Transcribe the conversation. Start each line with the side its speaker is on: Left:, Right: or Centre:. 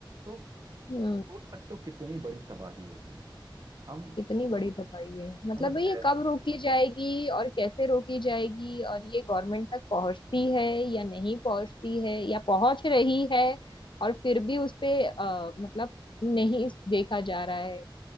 Right: तो
Left: हम्म
Right: सोच सकते हो कितनी बड़ी तबाही होगी हम
Left: कितनी बड़ी तबाही है मतलब
Right: मतलब
Left: भाई ये
Right: ऐ-
Left: कब रोकी जाएगी और कैसे रोकी जाएगी और ये गवर्नमेंट तक पहुंचती है या नहीं पहुंचती है या पहुंच रही है और फिर भी उस पे अ, मतलब नहीं देखा जा रहा है